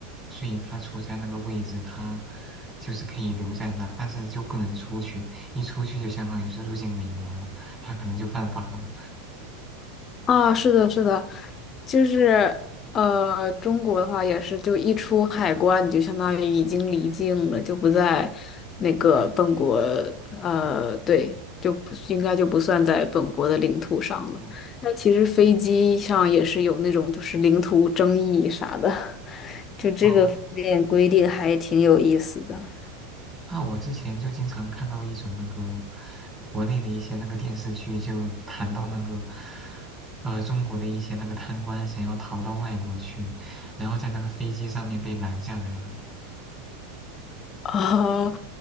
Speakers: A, on the right; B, on the left.
A: 所以它处在那个位置，它就是可以留在那，但是就不能出去，一出去就相当于是入境美国了，它可能就犯法了。
B: 啊，是的，是的，就是呃，中国的话也是，就一出海关，你就相当于已经离境了，就不在那个本国，呃，对，就不应该就不算在本国的领土上了。
A: 哦
B: 但其实飞机上也是有那种就是领土争议啥的，<laughs> 就这个方面规定还挺有意思的。
A: 哦，那我之前就经常看到一种那个国内的一些那个电视剧，就谈到那个呃中国的一些那个贪官想要逃到外国去，然后在那个飞机上面被拦下来了。
B: <laughs> 啊，